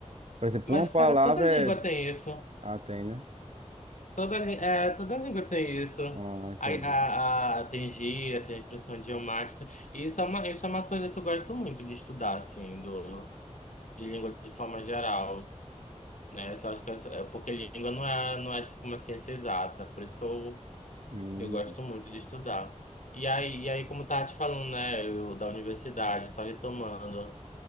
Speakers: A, on the right; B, on the left.
A: Por exemplo,
B: Mas,
A: uma palavra
B: cara, toda língua
A: é...
B: tem isso.
A: Ah, tem, né?
B: Toda, lí- é, toda língua tem isso.
A: Ah, entendi.
B: A, a, a- tem gíria, tem expressão idiomática. E isso é uma, isso é uma coisa que eu gosto muito de estudar, assim, do, de língua de forma geral, né? Eu Só acho que é, só- é porque língua não é, não é tipo uma ciência exata, por isso que eu,
A: Hum,
B: eu gosto muito de estudar. E aí, e aí, como eu tava te falando, né, eu, da universidade, só retomando.